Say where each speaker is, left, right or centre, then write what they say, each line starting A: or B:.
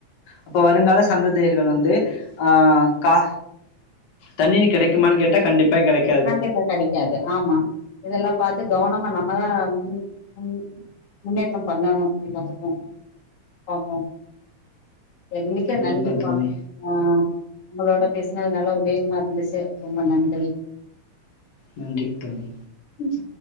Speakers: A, on the left; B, on the left.
A: அப்ப வருங்கால சந்ததியர்கள் வந்து ஆ கா தண்ணீர் கெடைக்குமான்னு கேட்டா கண்டிப்பா கெடைக்
B: கண்டிப்பா கெடைக்காது ஆமா இதெல்லா பாத்து கவனமா நம்மதா ம் ம் முன்னேற்றம் பண்ணனு எல்லாத்துக்கூ பாப்போ என்னைக்கு
A: கண்டிப்பா
B: நன்றிப்பா
A: தோழி
B: ஆ உங்களோட பேச்னது நல்ல உபயோகமா இருந்துச்சு ரொம்ப நன்றி
A: நன்றித் தோழி
B: ம்ச்